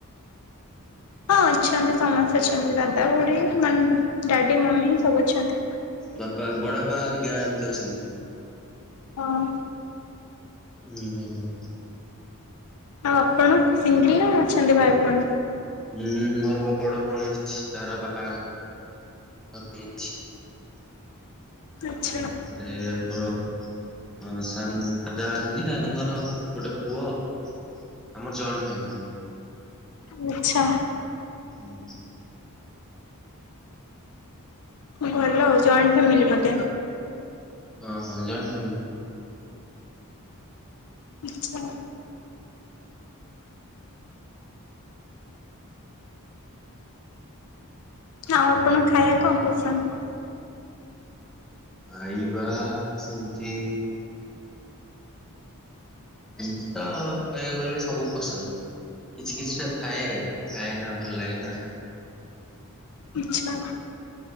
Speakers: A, on the left (about 80°); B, in the centre.
A: ହଁ ଅଛନ୍ତି ସମସ୍ତେ ଅଛନ୍ତି ଦାଦା ଖୁଡି ମାନେ ଡାଡି ମମି ସବୁ ଅଛନ୍ତି।
B: ବାପା ବଡାପା ହରିକା ଏମିତି ଅଛନ୍ତି।
A: ହଁ।
B: ଉୁଁ ହୁଁ ହୁଁ।
A: ଆଉ ଆପଣ ସିଙ୍ଗିଲ ନା ଅଛନ୍ତି ଭାଇ ଭଉଣୀ।
B: ହୁଁ ମୋର ବଡ ଭଉଣୀ ଅଛି ତାର ବାହାଘର। <unintelligible>
A: ଆଚ୍ଛା।
B: ଏ ମୋର। ହଁ ସାନ ଦାଦା ଅଛନ୍ତି ନା ଦାଦାଙ୍କର ଗୋଟେ ପୁଅ। ଆମର ଜଏଣ୍ଟ ଫ୍ୟାମିଲି।
A: ଓ ଆଚ୍ଛା।
B: ହୁଁ।
A: ଭଲ ଆଉ ଜଏଣ୍ଟ ଫ୍ୟାମିଲି ବୋଧେ।
B: ହଁ ହଁ ଜଏଣ୍ଟ ଫାମିଲିପା।
A: ଆଛା। ଆଉ ଆପଣ ଖାଇବା କଣ ପସନ୍ଦ?
B: ଖାଇବା ସେମତି ଏମିତି ତ କହିବାକୁ ଗଲେ ସବୁ ପସନ୍ଦ କିଛି କିଛି ଟା ଥାଏ ଖାଏ ନା ଭଲ ଲାଗେ ନା।
A: ଇଛା।